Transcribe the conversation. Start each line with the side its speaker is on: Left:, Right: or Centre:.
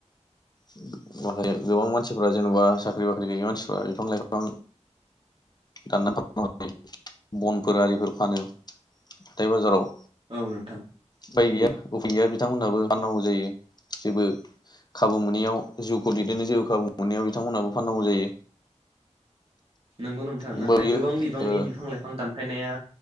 Left: <unintelligible> गोबां मानसिफोरा जेन'बा साख्रि बाख्रि गैयै मानसिफ्रा बिफां लाइफां दाननानै <unintelligible> बनफोर आरिफोर फानो हाथाय बाजाराव
Right: औ नोंथां
Left: <unintelligible> गैया उफाय गैया बि बिथांमोनहाबो फाननांगौ जायो जेबो खाबु मोनैयाव जिउखौ दैदेननो जेबो खाबु मोनैयाव बिथांमोनहाबो फाननांगौ जायो
Right: नंगौ नोंथां नाथाय
Left: होमबा बियो
Right: गोबां बिबांनि
Left: ओ
Right: बिफां लाइफां दानफायनाया